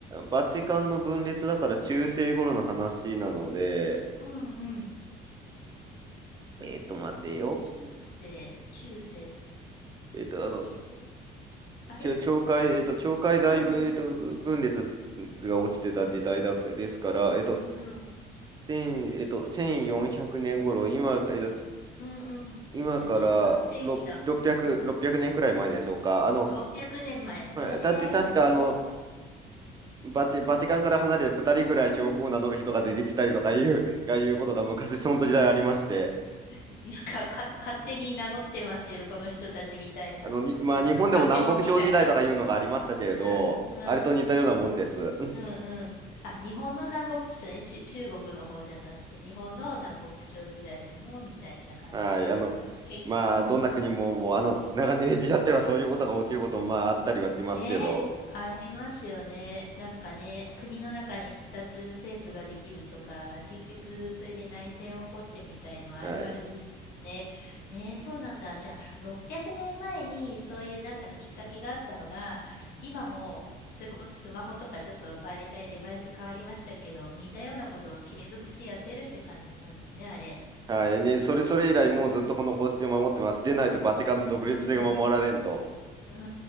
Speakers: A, on the right; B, on the left.
A: バチカンの分裂だから中世頃の話なので、
B: うんうん。
A: えっと、待てよ。
B: 中世、中世、
A: えっと、あの、
B: い、あれ、
A: ちょ懲戒、えっと、懲戒大分、
B: うんうん、
A: えっと、分裂が落ちてた時代だ、ですから、えっと、
B: うんうん。
A: 千、えっと、1400年頃、今、えっと、
B: うんうん。
A: 今から600、
B: じゃあ13世紀だ。うん。
A: 6 0年くねんくらい前でしょうか。あの、
B: 600年前。
A: まあ確確か、
B: ええうん。
A: あの、バチ、バチカンから離れて2人くらい教皇を名乗る人が出てきたりとかいう、
B: うんうんうん。
A: がいうことが昔、その時代ありまして、
B: <laughs> なんか、か、勝手に名乗ってますよ、この人たちみたいな。
A: あの、に、まあ、
B: なんか、
A: 日本でも南北朝時代とかいうのがありましたけれど、
B: パチモンみたいな。うん、うん、
A: あれと似たようなもんです。
B: うん、うん。あ、日本の南北朝ね、ち、中国の方じゃなくて、日本の南北朝時代にも、みたいな感じです。
A: はい。あの、
B: なんか、け、
A: まあ、
B: うんうん。
A: どんな国も、もう、あの、長年ジじ合ってはそういうことが起きることも、まあ、あったりはしますけど、
B: ね、ありますよね。なんかね、国の中に2つ政府ができるとか、結局それで内戦起こってみたいのあるあるですね。
A: はい。
B: えー、そうなんだ。じゃあ、600年前にそういうなんかきっかけがあったのが、今も、それこそスマホとかちょっと媒体、デバイス変わりましたけど、似たようなことを継続してやってるって感じなんですね、あれ。
A: はい。ね、それ、それ以来、もうずっとこの方針を守ってます。でないと、バチカンの独立性が守られんと。
B: うんうん。うん